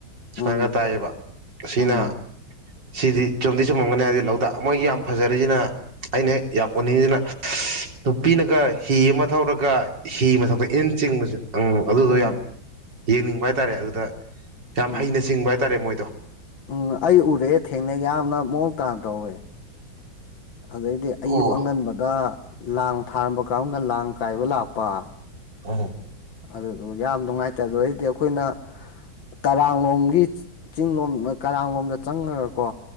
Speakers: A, on the left; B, on the right.
A: ꯎꯝ
B: ꯁꯥꯏꯅ ꯇꯥꯏꯌꯦꯕ ꯑꯁꯤꯅꯥ
A: ꯎꯝ
B: ꯁꯤꯗꯤ ꯆꯨꯝꯗꯤ ꯆꯨꯝꯃꯝꯒꯅꯤ ꯍꯥꯏꯗꯤ ꯂꯣꯛꯇꯥꯛ ꯃꯣꯏꯒꯤ ꯌꯥꯝ ꯐꯖꯔꯤꯖꯤꯅ ꯑꯩꯅ ꯍꯦꯛ ꯌꯥꯝ ꯎꯅꯤꯡꯉꯤꯖꯤꯅ ꯅꯨꯄꯤꯅꯒ ꯍꯤ ꯑꯃ ꯊꯧꯔꯒ ꯍꯤ ꯃꯊꯛꯇ ꯏꯟ ꯆꯤꯡꯕꯖꯦ ꯑꯪ ꯑꯗꯨꯗꯣ
A: ꯎꯝ
B: ꯌꯥꯝ ꯌꯦꯡꯅꯤꯡꯕ ꯍꯥꯏꯇꯥꯔꯦ ꯑꯗꯨꯗ ꯌꯥꯝ
A: ꯎꯝ
B: ꯍꯩꯅ ꯆꯤꯡꯕ ꯍꯥꯏꯇꯥꯔꯦ ꯃꯣꯏꯗꯣ
A: ꯎꯝ ꯑꯩ ꯎꯔꯑꯦ ꯊꯦꯡꯅꯩ ꯌꯥꯝꯅ ꯃꯑꯣꯡ ꯇꯥꯅ ꯇꯧꯋꯦ ꯑꯗꯩꯗꯤ ꯑꯌꯨꯛ
B: ꯑꯣ
A: ꯑꯉꯟꯕꯗꯥ ꯂꯥꯡ ꯊꯥꯔꯝꯕ ꯀꯥꯡꯒꯨꯅ ꯂꯥꯡ ꯀꯥꯏꯕ ꯂꯥꯛꯄ
B: ꯑꯣ
A: ꯑꯗꯨꯗꯨ ꯌꯥꯝ ꯅꯨꯡꯉꯥꯏꯇꯦ ꯑꯗꯨꯗꯩꯗꯤ ꯑꯈꯣꯏꯅ ꯀꯔꯥꯡꯂꯣꯝꯒꯤ ꯆꯤꯡꯂꯣꯝ ꯀꯔꯥꯡꯂꯣꯝꯗ ꯆꯪꯉꯒꯀꯣ